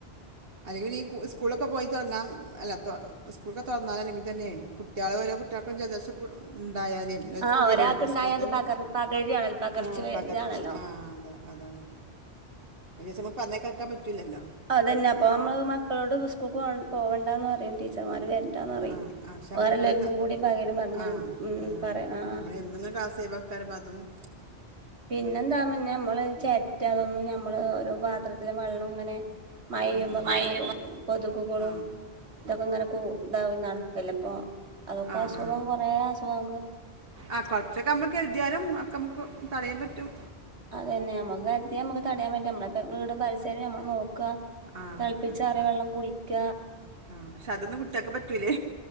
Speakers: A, on the right (about 60°); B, on the right (about 80°).
A: അല്ലെങ്കിലീ സ്കൂളൊക്കെ പോയി തൊറന്നാ അല്ല തൊ സ്കൂളൊക്കെ തൊറന്നാ അല്ലെങ്കിൽ തന്നെ കുട്ടിയാള് ഓരോ കുട്ടിയാക്ക്‌ ജലദോഷം കൂ ഉണ്ടായാൽ
B: ആ
A: സ്കൂൾ
B: ഒരാൾക്ക്
A: വരുല്ലോ
B: ഉണ്ടായാൽ
A: ന്താണ്
B: അത് പകർ പകരുകയാണല്ലോ പകർച്ച
A: <unintelligible> ആ
B: വേ-
A: പകർച്ച
B: ഇതാണല്ലോ
A: ആ അത അതാണ്. അിവസം ന പറഞ്ഞേ കേക്കാൻ പറ്റൂലല്ലോ.
B: അതന്നെ അപ്പൊ നമ്മള് മക്കളോട് സ്കൂൾക്ക് പോ പോവണ്ടാന്ന് പറയും ടീച്ചർമാര് വരണ്ടാന്ന് പറയും.
A: ആ ആ പക്ഷെ നമ്മുക്ക്
B: വേറെ എല്ലാവർക്കും കൂടി പകരും പറഞ്ഞ
A: ആ അതാണ്
B: പറ ആ
A: നമ്മള് എന്തങ്ങ ക്ലാസവക്കാര അതും. <inaudible>
B: പിന്നെന്താ നമ്മള് ചെറ്റ അതൊന്നും നമ്മള് ഓരോ പാത്രത്തിലെ വെള്ളം ഇങ്ങനെ മഴയുമ്പം
A: ഉം, ഉം. മഴയുമ്പോ
B: അങ്ങനെ കൊ കൊതുക്കുകളും
A: ആ
B: ഇതൊക്കെ ഇങ്ങനെ ഇണ്ടാവനൾക്കല്ല അപ്പൊ അതൊക്കെ
A: ആ
B: അസുഖം
A: ആ
B: കൊറെേ അസുഖം.
A: ആ കൊറച്ചൊക്കെ നമ്മക്ക് എഴുതിയാലും ഒക്കെ നമുക്ക് തടയാൻ പറ്റും.
B: അതെ തന്നെ നമുക്ക് അദ്യം നമുക്ക് തടയാൻ പറ്റും നമ്മള വീടും പരിസ്യരം നമ്മ നോക്കുക.
A: ആ
B: തിളപ്പിച്ചാറി
A: വൃത്തിയാക്കുക
B: വെള്ളം കുടിക്ക.
A: ആ പക്ഷെ അതൊന്നും കുട്ട്യേക്കെ പറ്റൂലേ.